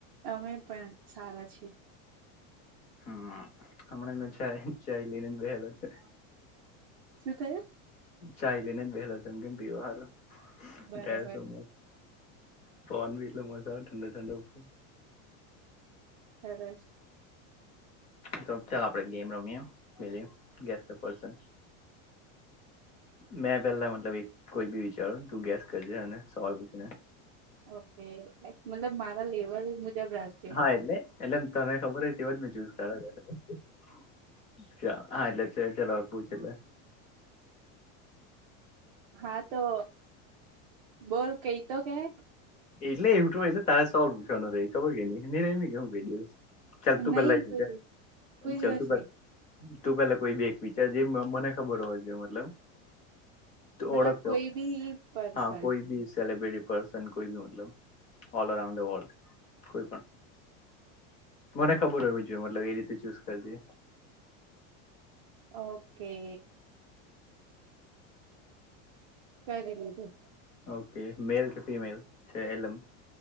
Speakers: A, on the right; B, on the left.
A: અમે પણ સારા છીએ.
B: હમ્મ હમણાંં મેં ચાય ચાય લઈને જ બેહેલો છે.
A: શું કહ્યું?
B: ચાય લઈને જ બેહેલો છે એમ કેમ પીવા હારુ
A: બરોબર
B: ત્યારે તું. પવન ભી એટલો મસ્ત આવે ઠંડો ઠંડો ઉપર.
A: સરસ.
B: તો ચાલ આપડે ગેમ રમીયે પેલી ગેસ ધ પર્સન. મેં પેલા મતલબ એક કોઈ બી વિચારું તું ગેસ કરજે અને સવાલ પૂછીને.
A: ઓકે મતલબ મારા લેવલ મુજબ રાખજે
B: હા એટલે એટલે તને ખબર જ હોય મેં જોયું તારા ઘરે એટલે હા એટલે સેજલ હવે પૂછી લે.
A: હા તો બોલ કંઈક તો કેહ
B: એટલે ઇન્ટ્રો એટલે તાર સોલ્વ કરવાનું <unintelligible> બે દિવસ ચલ તું
A: નહી
B: પેહલા આવી
A: કોઈ
B: જજે.
A: દિ- કોઈ
B: ચલ
A: દિવસ
B: તું બ
A: નહી
B: તું પેલા કોઈ બેક વિચાર જે મને ખબર હોવા જોઈએ મતલબ તો
A: મતલબ
B: ઓળખજો
A: કોઈ બી પર્સન
B: હા કોઈ ભી સેલિબ્રિટી પર્સન કોઈ બી મતલબ ઓલ ઓરાઉન્ડ અ વર્લ્ડ કોઈ પણ મને ખબર હોવી જોઈએ મતલબ એ રીતે ચૂઝ કરજે
A: ઓકે. પહલે કીધું.
B: ઓકે મેલ કે ફિમેલ છે એલમ